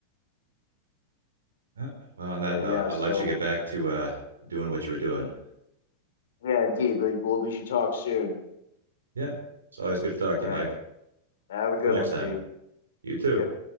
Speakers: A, on the right; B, on the left.
A: Yeah. Well, on that
B: But
A: note,
B: yeah,
A: I'll
B: so
A: let you get back to uh, doing what you were doing.
B: yeah, indeed. We, well, we should talk soon.
A: Yeah. It's always good to talk to
B: All
A: you,
B: right.
A: Mike.
B: Have
A: Until
B: a good
A: next
B: one,
A: time,
B: Steve.
A: you too.
B: Yep.